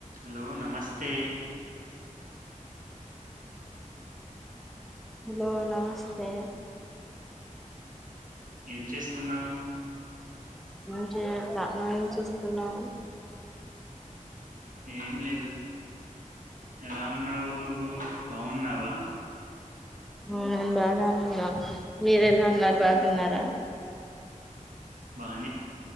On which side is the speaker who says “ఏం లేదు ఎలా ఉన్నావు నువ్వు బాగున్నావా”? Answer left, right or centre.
Right